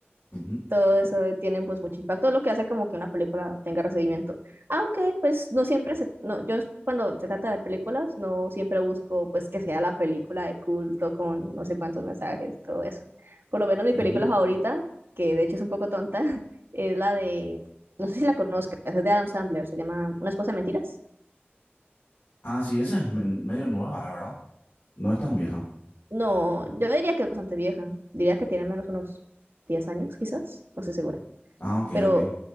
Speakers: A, on the left; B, on the right.
A: Ujú,
B: todo eso tienen pues mucho impacto, lo que hace como que una película tenga recibimiento. Aunque pues no siempre se, no, yo cuando se trata de películas no siempre busco pues que sea la película de culto con no sé cuántos mensajes y todo eso. Por lo menos mi película
A: ujú.
B: favorita, que de hecho es un poco tonta, <laughs> es la de, no sé si la conozcas, es de Adam Sandler, se llama Una esposa de mentiras.
A: Ah, sí, esa es men- medio nueva, es verdad. No es tan vieja.
B: No, yo diría que es bastante vieja, diría que tiene al menos unos 10 años quizás, no sé segura.
A: Ah, ok,
B: pero
A: ok.